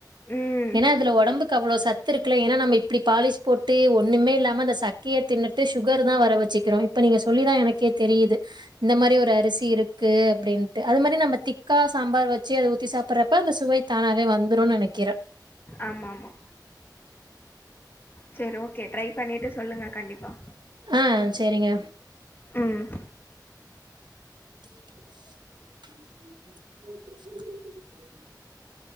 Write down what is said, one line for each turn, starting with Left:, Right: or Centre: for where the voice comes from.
Left: ம்.
Right: ஏன்னா இதுல ஒடம்புக்கு கு அவ்வுளோ சத்து இருக்குல ஏன்னா நம்ம இப்படி பாலிஷ் போட்டு ஒண்ணுமே இல்லாம அந்த சக்கைய தின்னுட்டு சுகர் தா வர வச்சுக்குரோ இப்ப நீங்க சொல்லிதா எனக்கே தெரியுது இந்த மாரி ஒரு அரிசி இருக்கு அப்படின்ட்டு அது மாரி நம்ம திக்கா சாம்பார் வச்சு அத ஊத்தி சாப்பிடுறப்ப அந்த சுவைத் தானாவே வந்துருன்னு நெனைக்கிற
Left: ஆமா ஆமா சேரி ஓக்கே ட்ரை பண்ணிட்டு சொல்லுங்க கண்டிப்பா
Right: ஆ சேரிங்க
Left: ம்.
Right: <unintelligible>